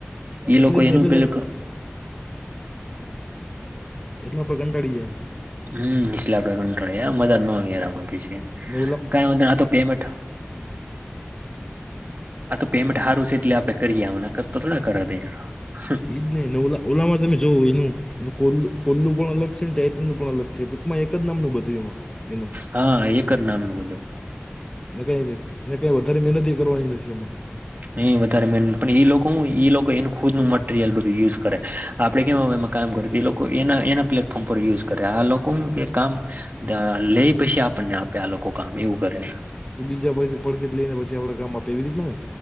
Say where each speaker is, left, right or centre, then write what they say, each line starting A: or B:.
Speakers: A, on the right; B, on the left.
A: એ
B: એટલે
A: લોકો
B: જ ને
A: એનું
B: એટલે
A: પેલુ
B: જ આપ- એટલે આપણે કંટાળી જાય.
A: હમ્મ એટલે આપડે કંટાળી મજા ન મેળ તો
B: ને
A: કાઈ વાધો તો પેમેન્ટ
B: હ
A: આ તો પેમેન્ટ સારું છે એટલે આપડણે કરીએ હમણાં નકતો થોડા કરત હમ્મ
B: ઈ જ નને ઓલ્લામાં તમે જોઓ એનું એક ઓલ્લું પણ અલગ છે ને ટાઈપિંગનું પણ અલગ છે ટૂકમાં એક જ નામનું બધું એમાં એનું
A: હા એક જ નામનુ બધું
B: ને કઈને કઈ વધારે મહેનત કરવાની નથી એમાં
A: એ વધારે મહેનત પણ એ લોકો હું લોકો એનું ખુદનું મટીરિયલ બધું યુઝ કરે આપણે કેમ એમાં કામ કર્યું એ લોકો એના એના પ્લેટફોર્મ પર યુઝ કરે આ લોકો હું કે કામ ત્યાં લઈ પછી આપણને આપે આ લોકો કામ એવું કરે
B: બીજા ભાઈથી પડે જ લઈ ને પછી આપે કામ આપે એવી રીતના ને